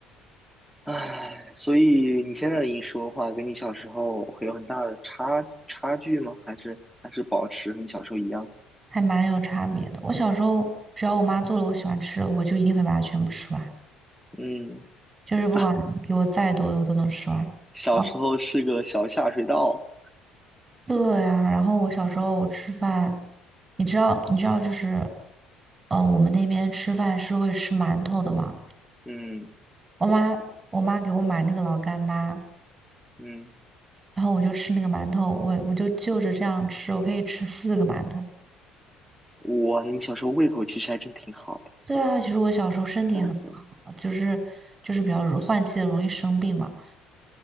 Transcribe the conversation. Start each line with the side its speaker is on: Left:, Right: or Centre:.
Centre: 唉，所以你现在的饮食文化跟你小时候会有很大的差差距吗？还是还是保持和你小时候一样？
Right: 还蛮有差别的。我小时候只要我妈做了我喜欢吃的，我就一定会把它全部吃完，
Centre: 嗯
Right: 就是不管给我再多的我都能吃完。
Centre: <laughs> 啊，小时候是个小下水道。
Right: 啊对呀。然后我小时候我吃饭，你知道你知道就是，呃，我们那边吃饭是会吃馒头的嘛。
Centre: 嗯
Right: 我妈我妈给我买那个老干妈，
Centre: 嗯，
Right: 然后我就吃那个馒头，我我就就着这样吃，我可以吃四个馒头。
Centre: 我你小时候胃口其实还真挺好的，
Right: 对啊，其实我小时候身体很好，
Centre: 讲真。
Right: 就是就是比较容换季的容易生病嘛。